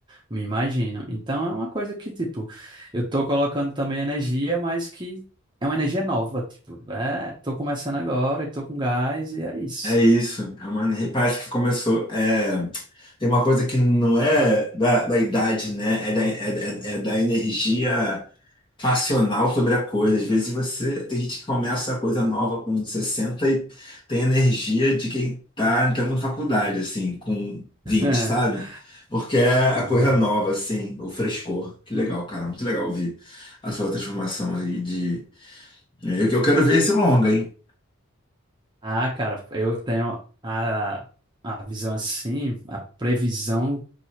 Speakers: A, on the right; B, on the left.
A: me imagino. Então é uma coisa que, tipo, eu tô colocando também energia, mas que é uma energia nova, tipo, é, tô começando agora e tô com gás e é isso,
B: É isso,
A: tipo.
B: é uma- parece que começou. é, tem uma coisa que não é da, da idade, né? É da, é, é- é da energia passional sobre a coisa. Às vezes você. Tem gente que começa a coisa nova com 60 e tem energia de quem tá entrando na faculdade, assim, com vinte
A: <laughs>
B: sabe? Porque é a
A: Exato.
B: coisa nova, assim, o frescor. Que legal, cara. Muito legal ouvir a sua transformação aí de. Eu, eu quero ver esse longa, hein?
A: Ah, cara, eu tenho a, a visão assim, a previsão